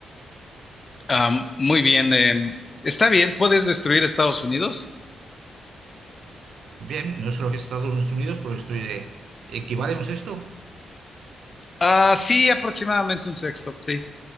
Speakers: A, on the left; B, on the right.
A: am, muy bien, em, está bien, puedes destruir Estados Unidos.
B: Bien, no sé lo que es Estados Unidos, pero destruiré. ¿Equivale a un sexto?
A: Ah, sí, aproximadamente un sexto, sí.